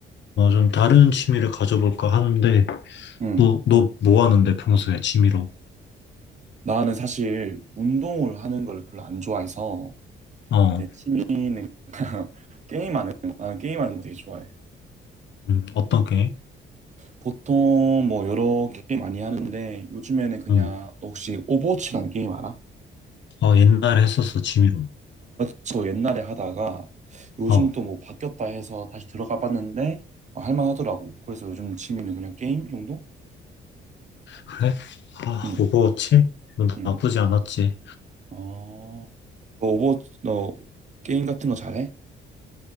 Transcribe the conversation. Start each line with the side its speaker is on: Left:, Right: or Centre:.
Left: 어, 좀 다른 취미를 가져볼까 하는데
Right: 응.
Left: 너, 너 뭐 하는데 평소에 취미로?
Right: 나는 사실 운동을 하는 걸 별로 안 좋아해서
Left: 어,
Right: 내 취미는 <laughs> 게임하는 거. 나는 게임하는 거 되게 좋아해.
Left: 음, 어떤 게임?
Right: 보통 뭐 여러 게임 많이 하는데 요즘에는 그냥
Left: 음,
Right: 너 혹시 오버워치라는 게임 알아?
Left: 어, 옛날에 했었어, 취미로.
Right: 맞죠. 옛날에 하다가 요즘
Left: 어,
Right: 또 뭐 바뀌었다 해서 다시 들어가 봤는데 아, 할만하더라고. 그래서 요즘 취미는 그냥 게임 정도?
Left: 그래? 아,
Right: 응,
Left: 오버워치? 뭐
Right: 응.
Left: 나쁘지 않았지.
Right: 아.. 너 오버, 너 게임 같은 거 잘해?